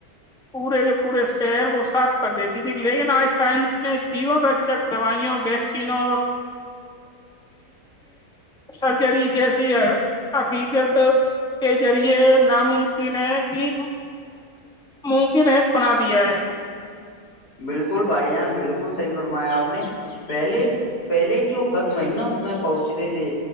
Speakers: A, in the centre; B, on the left.
A: پورے کے پورے شہر کو صاف کر دیتی تھی لیکن آج سائنس نے جیون رچک دوائیوں ویکسینوں اور سرجری جیسی حقیقت کے ذریعے ناممکن ہے کہ ممکن ہے بنا دیا ہے
B: بالکل بھائی جان بالکل صحیح فرمایا آپ نے پہلے پہلے جو خط مہینوں میں پہنچتے تھے